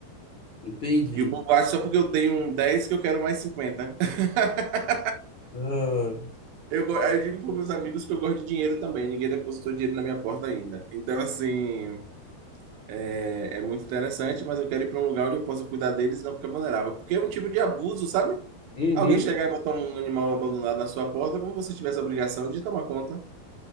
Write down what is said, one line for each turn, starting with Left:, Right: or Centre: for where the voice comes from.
Left: entendi.
Right: E o povo acha só porque eu tenho um 10 que eu quero mais 50 <laughs>
Left: Ah,
Right: Eu, go- aí eu digo para meus amigos que eu gosto de dinheiro também, ninguém depositou dinheiro na minha porta ainda. Então, assim, é, é muito interessante, mas eu quero ir para um lugar onde eu possa cuidar deles e não ficar vulnerável. Porque é um tipo de abuso, sabe?
Left: uhum,
Right: Alguém chegar e botar um animal abandonado na sua porta, como se você tivesse a obrigação de tomar conta.